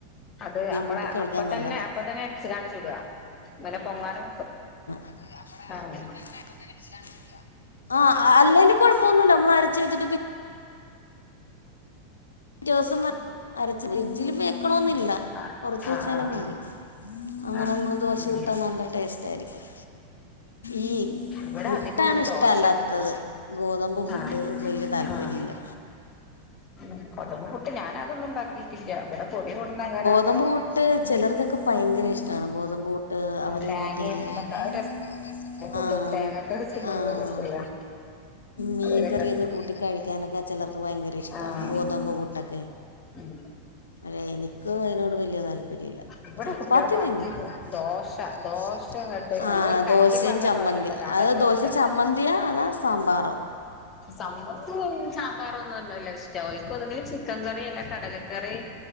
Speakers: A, on the left; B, on the left.
A: ആഹ് അത് അമ്മളേ
B: കൂട്ടി കഴിക്കാൻ
A: അപ്പ തന്നെ
B: നല്ലതാ
A: അപ്പ തന്നെ അരച്ച് ങ്ങാട് ചുടാ ഇങ്ങനെ പൊങ്ങാനും
B: അത് അമ്മളേ
A: ആഹ്
B: അപ്പതന്നെ അപ്പ തന്നെ അരച്ച് ങ്ങാട് വെക്ക ആഹ് അല്ലേല് കൊഴപ്പൊന്നൂല്ല മ്മള് അരച്ച് വെച്ചിട്ട് പി പിറ്റോസം അരച്ച് ഫ്രിഡ്ജിൽ വെക്കണോന്നില്ല
A: ആഹ്
B: പൊറത്തു
A: ആഹ്
B: വച്ചാലും
A: ആഹ്
B: മതി അങ്ങന
A: ആഹ്
B: നമ്മള് ദോശ
A: ഉം
B: ചുട്ടാ നല്ല ടേസ്റ്റാആരിക്കും ഈ
A: ഇവിടെ
B: പുട്ടാണ്
A: അധികവും
B: ഇഷ്ടല്ലാത്തത്
A: ദോശ
B: ഗോതമ്പ് പുട്ട്
A: ആഹ്
B: വല്യ താല്പര്യല്ല
A: ആഹ് ഉം ഗോതബ് പുട്ട് ഞാനതൊന്നും ഉണ്ടാക്കിയിട്ടില്ല ഇവടെ പൊടി കൊണ്ടുന്നങ്ങ
B: ഗോതബ് പുട്ട് ചെലർക്കൊക്കെ ഭയങ്കര ഇഷ്ടാണ് ഗോതമ്പു ഡ് അവര്
A: തേങ്ങയും
B: മറ്റേ തേങ്ങിം
A: ഇതൊക്കെ അത്
B: തൊക്കെ അത് രസണ്ടാവും ആഹ്
A: പുട്ടും തേങ്ങൊക്കെ തിന്നുമ്പോ
B: ആഹ്
A: രസല്ലേ
B: മീങ്കറിയൊക്കെ
A: അവരൊക്കെ
B: കൂട്ടി കഴിക്കാനൊക്കെ ചലർക്ക് വയങ്കര ഇഷ്ടാ
A: ആഹ്
B: ഗോതമ്പ് പുട്ടൊക്കെ
A: ഉം
B: അല്ലെ എനിക്ക് അയ്നോട് വല്യ താൽ <unintelligible>
A: ഇവിടെ
B: ചപ്പാത്തി
A: കുട്ടികൾക്ക്
B: തിന്നും
A: അധികം
B: ദോശ
A: ദോശ
B: ദോശ
A: അങ്ങട്ട്
B: ആഹ്
A: നമ്മളൊരു കലക്കി
B: ദോശിം
A: പാർന്ന
B: ചമ്മന്തിം
A: ദോശ ഉണ്ടല്ലോ അതല്ല
B: അത് ദോശ
A: ഇഷ്ടം
B: ചമ്മന്തിയാ അതാ സാമ്പാറോ
A: സമ്മന്തിം ശാമ്പാറൊന്നുഅല്ല ഇഷ്ടം ഓൽക്ക് ഒന്നുങ്കിൽ ചിക്കൻ കറി അല്ലകടല ക്കറി